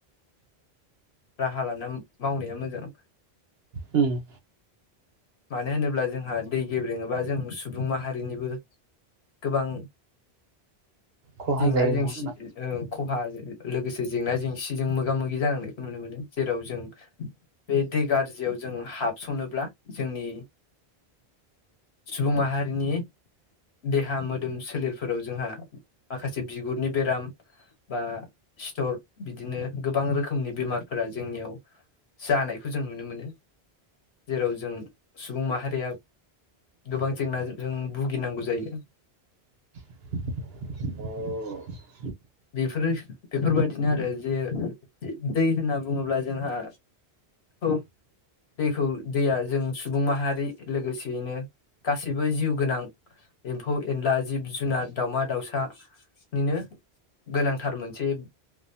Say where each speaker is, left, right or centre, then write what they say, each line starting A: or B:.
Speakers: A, on the left; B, on the right.
A: राहा लाना मावनाया मोजां।
B: उम
A: मानो होनोब्ला जोंहा दै गेब्रेङोबा जों सुबुं माहारिनिबो गोबां
B: खहा
A: जेंना
B: जायो
A: जेंसि
B: नङा होमबा
A: ओं खहा लोगोसे जेंना जेंसिजों मोगा मोगि जानांनायखौ नुनो मोनो जेराव जों बे दै गाज्रियाव जों हाबसनोब्ला जोंनि सुबुं माहारिनि देहा मोदोम सोलेरफोराव जोंहा माखासे बिगुरनि बेराम बा सिथर बिदिनो गोबां रोखोमनि बेमारफोरा जोंनियाव जानायखौ जों नुनो मोनो जेराव जों सुबुं माहारिया गोबां जेंनाजों भुगिनांगौ जायो।
B: औ।
A: बेफोरो बेफोर बादिनो आरो जे दै होनना बुङोब्ला जोंहा औ। दैखौ दैया जों सुबुं माहारि लोगोसेयैनो गासैबो जिउ गोनां एम्फौ- एनला, जिब -जुनार, दाउमा -दाउसानिनो गोनांथार मोनसे